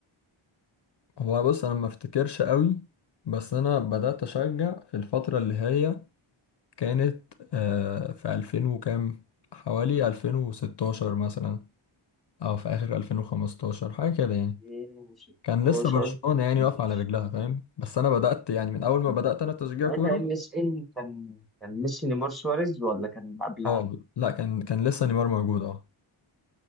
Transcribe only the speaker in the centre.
في 16
ماشي
ممكن.
ساعتها
ام اس ان كان كان ميسي نيمار سواريز ولا كان قبلها